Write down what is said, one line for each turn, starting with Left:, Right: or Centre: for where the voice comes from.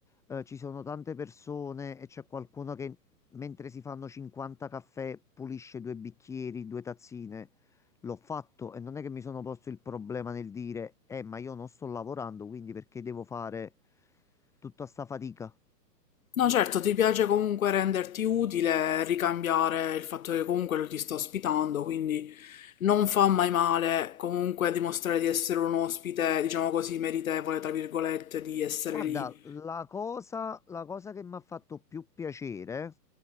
Centre: eh, ci sono tante persone e c'è qualcuno che mentre si fanno 50 caffè pulisce due bicchieri, due tazzine. L'ho fatto e non è che mi sono posto il problema nel dire, eh, ma io non sto lavorando, quindi perché devo fare tutta sta fatica?
Left: No, certo, ti piace comunque renderti utile, ricambiare il fatto che comunque lo ti sta ospitando, quindi non fa mai male comunque dimostrare di essere un ospite, diciamo così, meritevole, tra virgolette, di essere
Centre: Guarda,
Left: lì.
Centre: la cosa, la cosa che mi ha fatto più piacere